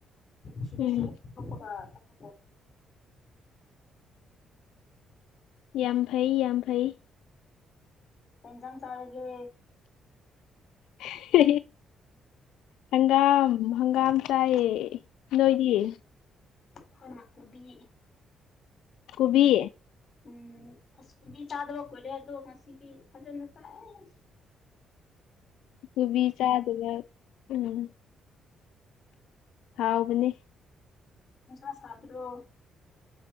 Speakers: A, on the left; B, on the left.
A: ꯁꯤꯗꯒ
B: ꯎꯝ
A: ꯂꯩꯇꯅ ꯀ
B: ꯌꯥꯝ ꯐꯩ ꯌꯥꯝ ꯐꯩ
A: ꯑꯦꯟꯖꯥꯡ ꯆꯥꯔꯒꯦ
B: ꯍ ꯍꯪꯒꯥꯝ ꯍꯪꯒꯥꯝ ꯆꯥꯏꯌꯦ ꯅꯣꯏꯗꯤꯌꯦ
A: ꯍꯟꯅꯀꯨꯕꯤ
B: ꯀꯨꯕꯤ
A: ꯎꯝ ꯑꯁ ꯀꯣꯕꯤ ꯆꯥꯗꯕ ꯀꯣꯏꯔꯦ ꯑꯗꯣ ꯉꯁꯤꯗꯤ ꯐꯖꯅ ꯆꯥꯏꯦ
B: ꯊꯕꯤ ꯆꯥꯗꯕ ꯎꯝ ꯍꯥꯎꯕꯅꯤ
A: ꯁ ꯐꯗ꯭ꯔꯣ